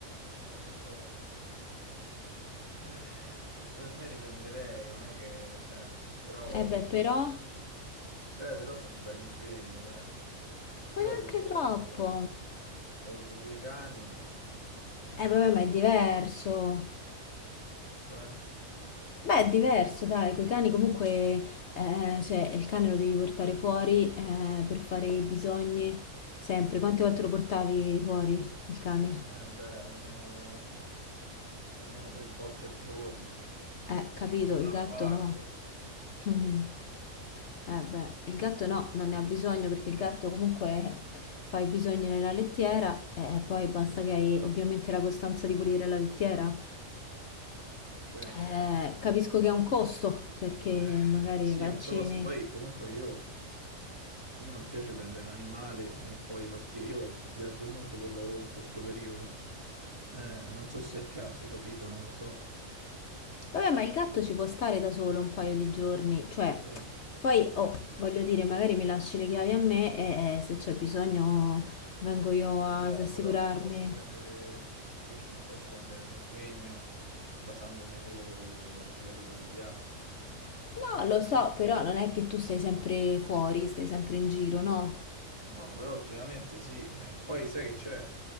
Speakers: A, on the right; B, on the left.
A: Eh, lo so. Eh, Forse per me li prenderei, non è che, cioè, però,
B: Eh beh, però, ma
A: beh, però sono un bel impegno, dai. Io
B: neanche
A: ho avuto,
B: troppo.
A: ho avuto due cani e mi
B: Eh
A: mancano,
B: vabbè, ma è diverso.
A: cioè,
B: Beh, è diverso, dai, coi cani comunque, eh, cioè, il cane lo devi portare fuori, eh, per fare i bisogni, sempre. Quante volte lo portavi fuori, il cane?
A: eh, beh, almeno, almeno tre volte al giorno,
B: Eh, capito,
A: di cui uno
B: il
A: al
B: gatto
A: parco.
B: no. <laughs> Eh beh, il gatto no, non ne ha bisogno perché il
A: Mm,
B: gatto comunque fa i bisogni nella lettiera e poi basta che hai ovviamente la costanza di pulire la lettiera.
A: ok.
B: Eh, capisco che è un costo perché
A: Eh,
B: magari
A: Sì,
B: vaccini.
A: è un costo. Poi comunque io a me non piace prendere un animale e poi partire. Io viaggio molto per lavoro in questo periodo. Eh, non so se è il caso, capito? Non lo so.
B: Vabbè, ma il gatto ci può stare da solo un paio di giorni, cioè,
A: Sì,
B: poi, oh, voglio dire, magari mi lasci le chiavi a me e eh, se c'è bisogno vengo io
A: lo
B: a
A: so,
B: assicurarmi.
A: però non posso prendere, capisci? Non posso prendere un impegno basandomi su, sull'aiuto degli altri. eh.
B: No, lo so, però non è che tu stai sempre fuori, stai sempre in giro, no?
A: No, però ultimamente sì. eh, Poi sai che c'è?